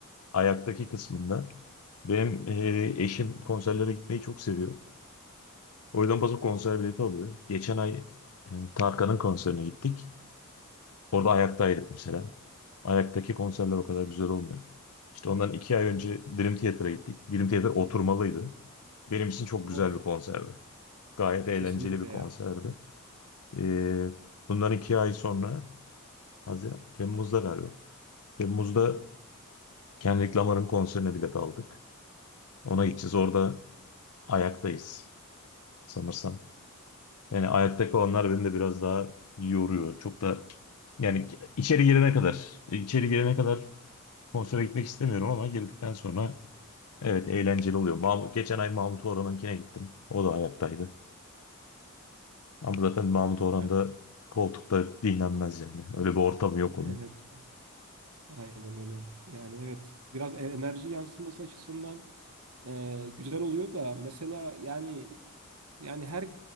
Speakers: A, on the left; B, on the right.
A: Ayaktaki kısmında. Benim e, eşim konserlere gitmeyi çok seviyor. O yüzden paso konser bileti alıyor. Geçen ay e, Tarkan'ın konserine gittik. Orada ayaktaydık mesela. Ayaktaki konserler o kadar güzel olmuyor. İşte ondan iki ay önce
B: <laughs>
A: Dream Theater'a gittik. Dream Theater oturmalıydı. Benim için çok güzel
B: Of
A: bir konserdi. Gayet eğlenceli
B: kesinlikle
A: bir konserdi.
B: ya.
A: E, bundan iki ay sonra Haziran, Temmuz'da galiba. Temmuz'da Kendrick Lamar'ın konserine bilet aldık. Ona gideceğiz. Orada ayaktayız sanırsam. Yani ayakta kalanlar beni de biraz daha yoruyor. Çok da yani içeri girene kadar, içeri girene kadar konsere gitmek istemiyorum ama girdikten sonra evet eğlenceli oluyor. Mahmut, geçen ay Mahmut Orhan'ınkine gittim. O da ayaktaydı. Ama zaten Mahmut
B: Yani,
A: Orhan'da koltukta dinlenmez yani. Öyle bir ortamı yok onun.
B: <laughs> evet. Aynen öyle. Yani evet biraz e- enerji yansıması açısından e, güzel oluyor da mesela yani yani her